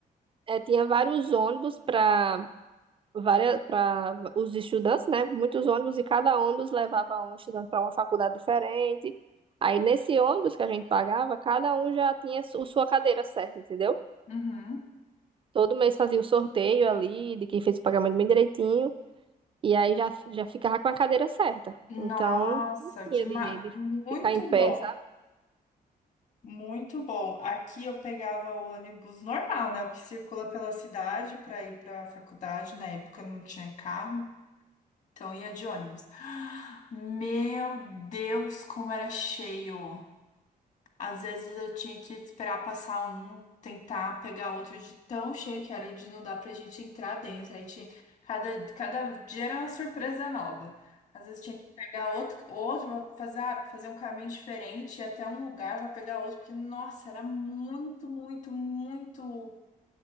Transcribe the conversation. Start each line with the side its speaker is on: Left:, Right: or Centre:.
Right: é, é, tinha vários ônibus para várias para os estudantes, né? Muitos ônibus, e cada ônibus levava um estudante para uma faculdade diferente. Aí, nesse ônibus que a gente pagava, cada um já tinha su- sua cadeira certa, entendeu?
Left: Uhum.
Right: Todo mês fazia o sorteio ali, de quem fez o pagamento bem direitinho. E aí já, já ficava com a cadeira certa.
Left: Nossa,
Right: Então, ia
Left: que ma...
Right: de, de
Left: muito
Right: ficar em pé,
Left: bom.
Right: sabe?
Left: Muito bom. Aqui eu pegava o ônibus normal, né? O que circula pela cidade para ir para a faculdade. Na época eu não tinha carro, então eu ia de ônibus. <gasps> Meu Deus, como era cheio! Às vezes eu tinha que esperar passar um, tentar pegar outro de tão cheio que era de não dar pra gente entrar dentro. Aí tinha, cada, cada dia era uma surpresa nova. Às vezes tinha que pegar outro, outro pra fazer, ah, fazer um caminho diferente, ir até um lugar pra pegar outro, porque, nossa, era muito, muito, muito.